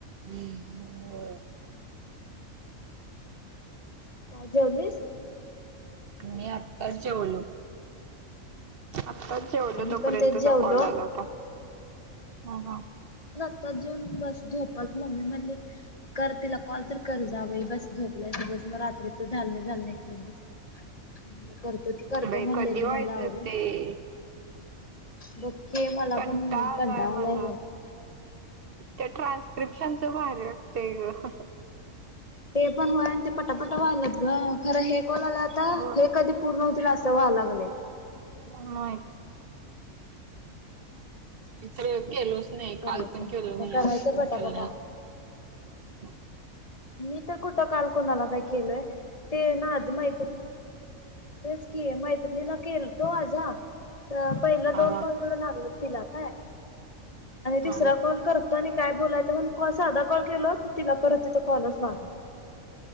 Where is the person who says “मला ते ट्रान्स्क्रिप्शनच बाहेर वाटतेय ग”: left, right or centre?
Right